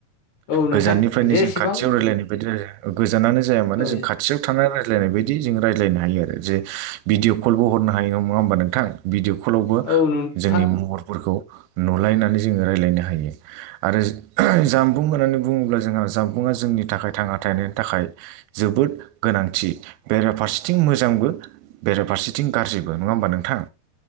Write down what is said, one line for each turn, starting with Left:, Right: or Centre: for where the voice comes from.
Left: औ नोंथां
Right: गोजाननिफ्रायनो
Left: जेसेबां
Right: जों खाथियाव रायजलायनाय बायदि राय गोजानानो जाया मानो
Left: औ
Right: जों खाथियाव थानानै राय लायनाय बायदि जों रायलायनो हायो आरो जे भिदिअ कलबो हरनो नङा होनबा नोंथां भिदिअ कल लावबो
Left: औ नोंथां
Right: जोंनि महरफोरखौ नुलायनानै जोङो रायज्लायनो हायो आरो जामबुं होननानै बुङोब्ला जोंहा जामबुंआ जों जोंनि थाखाय थांना थानायनि थाखाय जोबोद गोनांथि बेराफारसेथिं मोजांबो बेराफारसेथिं गाज्रिबो नंङा होमबा नोंथां